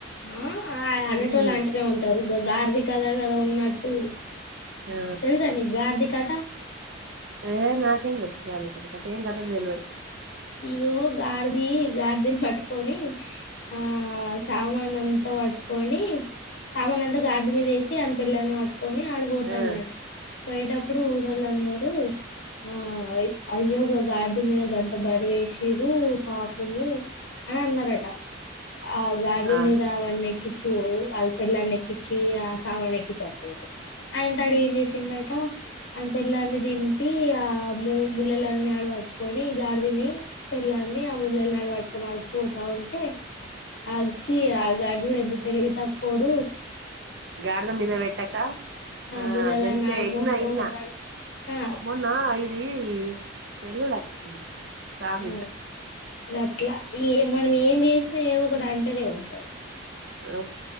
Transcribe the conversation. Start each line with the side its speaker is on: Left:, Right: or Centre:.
Left: ఆ అన్నిటి
Right: ఉహు
Left: వాళ్ళు అంటేనే ఉంటారు గార్ది కథ కదా ఉన్నట్టు
Right: ఆ
Left: తెలుసా నీకు గార్ది కథ ఆ
Right: ఏ నాకేం ఏం తెలుసు గాడిది కథ నాకేం కథ తెలువదు
Left: ఇగో గాడిది గాడిదిని పట్టుకొని ఆ సామాన్ అంతా పట్టుకొని సామాన్ అంతా గాడిద మీద వేసి అ పిల్లాని పట్టుకని కొని ఆడిపోతాండంట
Right: ఆ
Left: పోయేటప్పుడు ఊరోళ్ళందరూ ఆ అయ్యోగా గార్ది మీద గంత బర్వేసిరు పాపము అని అన్నారట ఆ గగాడ
Right: ఆ
Left: మీద అన్న ఎక్కిచ్చు వాళ్ల్పిల్ ఎక్కిచ్చు వచ్చి ఆ సామాన్ ఎక్కి చటుపోతే ఆయన తడు ఏం చేసిందట ఆయన పిల్లని దింపి ఆ ము ములలన్ని ఆడ పట్టుకొని గాడి ని పిల్లాని ఆ ముళ్ళళనాడ పట్టుకొని ఆడుపోతా ఉంటే ఆగిచి ఆ గగాజుడు ఎంత తెలివి తక్కుోడు
Right: గార్డ ద మీద వెట్టక ఆ
Left: ముళ్ళలాన్ని
Right: తెలిసే
Left: ఆడు మోసుకపోతాడు
Right: ఇన్న ఇన్న
Left: ఆ
Right: మొన్న ఇఐది తెలుగులో వచ్చింది సావిత
Left: ఆ గట్లా ఇ మనం ఏం చేసినా ఏదో ఒకటి అంట అంటనే ఉంటది
Right: ఆ